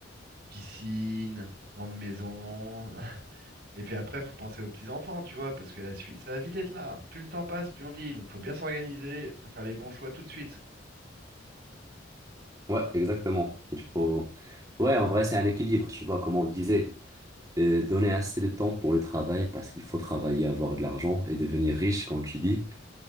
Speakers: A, on the right (about 55°); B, on the right (about 20°).
A: Piscine, grande maison. <laughs> Et puis après, faut penser aux petits-enfants, tu vois, parce que la suite, ça va vite être là. Plus le temps passe, plus on vieillit. Donc, faut bien s'organiser, faut faire les bons choix tout de suite.
B: Ouais, exactement. Il faut... Ouais, en vrai, c'est un équilibre, tu vois, comme on disait. euh, donner assez de temps pour le travail parce qu'il faut travailler, avoir de l'argent et devenir riche, quand tu dis.